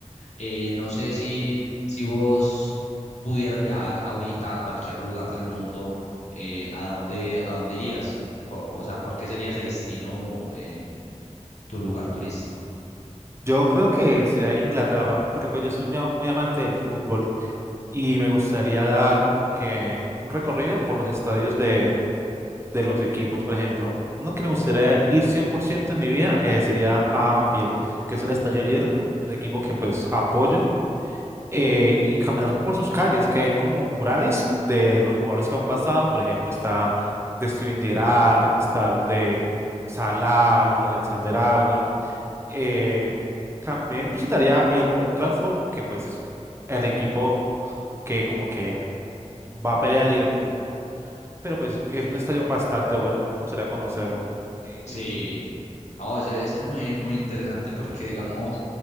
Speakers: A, on the left; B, on the right.
A: Eh, no sé si, si vos pudieras viajar ahorita a cualquier lugar del mundo, eh, ¿a dónde, a dónde irías? Po- o sea, ¿por qué sería ese destino, eh, tu lugar turístico?
B: Yo creo que sería Inglaterra, porque pues yo soy muy, muy amante del fútbol y me gustaría dar como que un recorrido por los estadios de, de los equipos. Por ejemplo, uno que me gustaría ir 100% en mi vida eh, sería a Anfield, que es el estadio de Liverpool, un equipo que pues apoyo eh, y caminar por sus calles, que hay como murales de los jugadores que han pasado. Por ejemplo, está de Steven Gerrard, está los de Salah, los de Alexander Arnold. Eh, también visitaría el Old Trafford, que pues es el equipo que como que va a pelear a Liverpool. Pero pues es un estadio bastante bueno, me gustaría conocerlo.
A: Sí,
B: Mm,
A: no, eso, eso es muy, muy interesante porque, digamos,